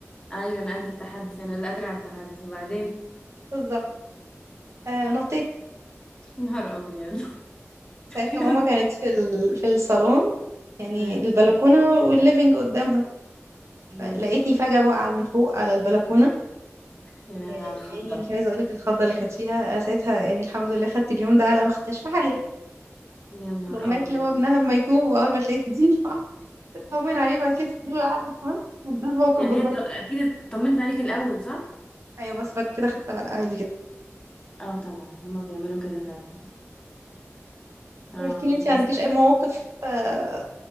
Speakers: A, on the left (about 20°); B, on the right (about 65°).
A: ايوه انا قد التحدي انا اللي قادرة على التحدي وبعدين
B: بالظبط آه نطيت
A: يا نهار ابيض
B: ساعتها
A: <laughs>
B: ماما كانت في ال... في الصالون يعني
A: امم
B: البلكونة والليفينج قدامها
A: ماشي
B: فلقيتني فجأة واقعة من فوق على البلكونة
A: يا لهوي
B: يا
A: على الخضة
B: عيني مش عايزة أقولك الخضة اللي كانت فيها آه، ساعتها يعني الحمد لله خدت اليوم ده على ما خدتهاش في حياتي
A: يا نهار
B: الأمهات
A: ابيض
B: اللي هو ابنها اما يتوب وأول ما تلاقيه تدين تطمن عليه بعد كده تديله العقد كمان ده الموقف
A: يعني
B: بالظبط
A: هي ط- اكيد اطمنت عليك الاول صح؟
B: أيوه بس بعد كده خدتها على عادي جدا
A: اه طبعا هما بيعملوا كده فعلا اه
B: طب احكي لي انت عندكيش
A: بس
B: أي مواقف آه،